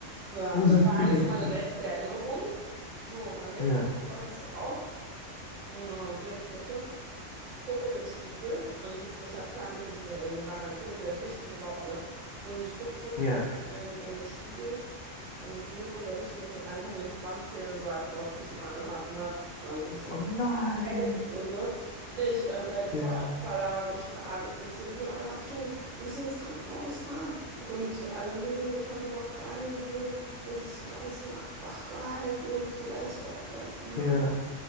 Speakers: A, on the right; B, on the left.
A: So, ja,
B: <laughs>
A: und das war eigentlich so meine letzte Erinnerung. So, und am nächsten
B: Ja,
A: Tag wache ich so auf, äh, gehe auf Toilette, gucke in den Spiegel und ich, ich habe Zahnmedizin studiert, also mir waren meine Zähne sehr wichtig überhaupt, ne? Und ich gucke so
B: ja.
A: in, in den Spiegel und sehe so, dass ich mir so einen von den Frontzähnen so halb rausgeschlagen habe, ne? Und ich so,
B: Oh nein.
A: Geilste, ne? Ich äh, direkt voll
B: Ja,
A: Palaver geschlagen. Ich so, hier alle aufstehen, wir müssen ins Krankenhaus fahren. Und die alle, nö, wir fahren überhaupt gar nirgendwo hin. Das ist die ganze Nacht wach gehalten und so, weißt du, was wir alles gemacht.
B: ja.